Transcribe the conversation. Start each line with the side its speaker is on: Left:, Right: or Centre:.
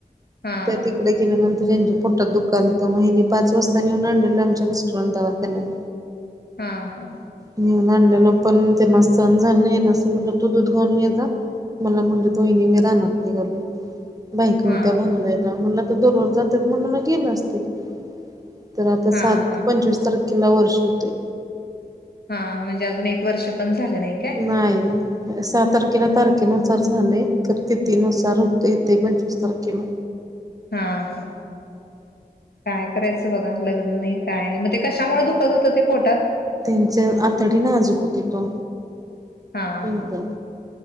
Left: हां,
Right: त्या
Left: हां.
Right: तिकडं नंतर यांच्या पोटात दुखालतं मग हेनी पाच वाजता नेऊन आणलेलं आमच्या मिस्टरांनी दवाखान्यात.
Left: हा हा
Right: नेऊन आणलेलं पण त्यांना सहन झालं नाही हेनासनी म्हटलं तू दूध घालून ये जा मला म्हणल वाहिनी मी रानात निघालोय. बायका
Left: हां,
Right: होत्या भांगलायला
Left: हां.
Right: म्हणलं आता दररोज जातात म्हणून गेलं असतील. तर आता, सात
Left: हां, हां.
Right: पंचवीस तारखेला वर्ष हुतंय.
Left: हा म्हणजे अजून एक वर्ष पण झालं नाही. काय?
Right: नाही. सहा तारखेला तारखेनुसार झालय, खरं तिथीनुसार हुतय ते पंचवीस तारखेला.
Left: हा, हा काय करायचं बघा, लग्न नाही काय नाही म ते कशामुळ दुखत होतं ते पोटात.
Right: तेनच आतडी नाजूक होतीत वो
Left: हां,
Right: एकदम.
Left: हां.